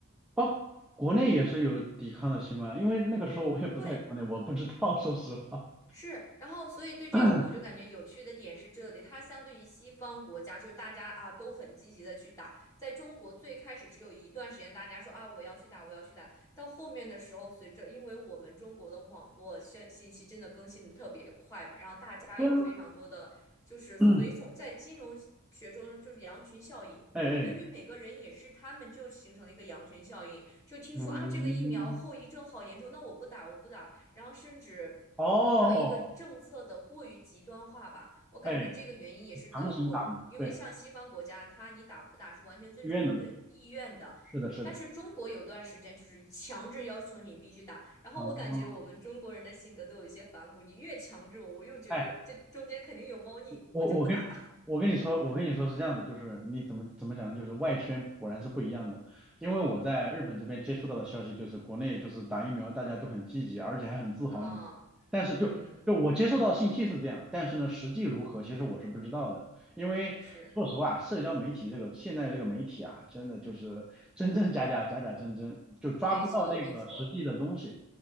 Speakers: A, in the centre; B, on the left (about 15°).
A: 哦，国内也是有抵抗的新闻，因为那个时候我也不在国内，
B: 对。
A: 我不知道，说实话。
B: 是，然后所以对这个我就感觉有趣的点是这里，
A: <clears throat>
B: 它相对于西方国家，就是大家啊都很积极的去打，在中国最开始只有一段时间大家说啊我要去打，我要去打，到后面的时候，随着因为我们中国的网络信信息真的更新的特别快嘛，然后大家有非常多的就是随从，
A: 对啊，<clears throat>
B: 在金融学中就是羊群效应。
A: 哎哎，
B: 对于每个人也是，他们就形成了一个羊群效应，就听说啊，
A: 嗯，
B: 这个疫苗后遗症好严重，那我不打，我不打，然后甚至
A: 哦，
B: 还有一个政策的过于极端化吧，我感觉这个原因也是导致我们，
A: 哎，强行打嘛，
B: 因为像西方国家，
A: 对，
B: 它你打不打是完全尊重你的意愿的，
A: 自愿的嘛，是的，是的，
B: 但是中国有段时间就是强制要求你必须打，然后我感觉我们中国人的性格都有一些反骨，
A: 啊、
B: 你越强制我，我又觉着这中间肯定有猫腻，
A: 哎我我跟我跟你说，
B: 我就不打
A: 我跟你说是这样子，就是你怎么怎么讲呢？就是外宣果然是不一样的，因为我在日本这边接触到的消息就是，国内就是打疫苗大家都很积极，而且还很自豪呢。
B: <laughs> 啊，
A: 但是就就我接受到的信息是这样，
B: 嗯，
A: 但是呢，实际如何其实我是不知道的，因为说实话，
B: 是，
A: 社交媒体这个现在这个媒体啊，真的就是真真假假，假假真真，就抓不到那个实际的东西。
B: 没错，没错。